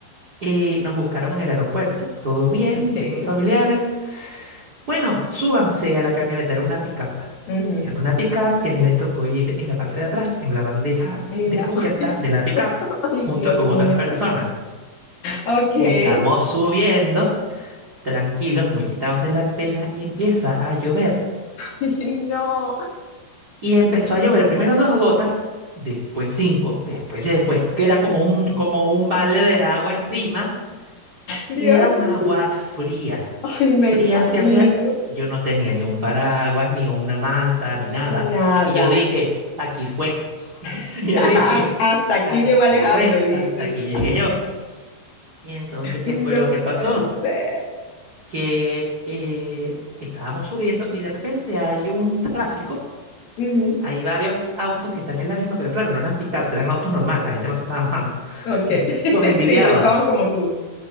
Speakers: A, on the right; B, on the left.
A: Eh, nos buscaron en el aeropuerto, todo bien,
B: ok.
A: unos familiares. Bueno, súbanse a la camioneta, era una pickup.
B: ujú.
A: Era una pickup y a mí me tocó ir en la parte de atrás, en la bandeja
B: En
A: descubierta
B: la- <laughs> Ay,
A: de la pickup,
B: ay,
A: junto
B: Dios
A: con
B: mío.
A: otras personas.
B: Ok.
A: Y estamos
B: <laughs>
A: subiendo, tranquilos, muy quitados de la pena, y empieza a llover.
B: Ay, No.
A: Y empezó a llover, primero dos gotas, después cinco, después y después que era como un, como un balde de agua encima.
B: Dios
A: Y era un agua
B: mío.
A: fría.
B: Ay, me
A: Fría,
B: imagino.
A: fría, fría. Yo no tenía ni un paraguas, ni una manta, ni nada.
B: Nada.
A: Y yo dije, aquí fue. <laughs>
B: <laughs>
A: Yo dije,
B: Hasta aquí
A: aquí
B: llegó Alejandro,
A: fue,
B: dijiste
A: hasta aquí
B: tú.
A: llegué yo. Y entonces, ¿qué
B: No
A: fue lo que pasó?
B: puede ser.
A: Que eh, estábamos subiendo y de repente hay un tráfico.
B: Ujú.
A: Hay varios autos que están en la misma, pero claro, no eran pickups, eran autos normales. La gente no se estaba mojando.
B: Ok. <laughs>
A: Los envidiaba.
B: Sí, no estaban como tú.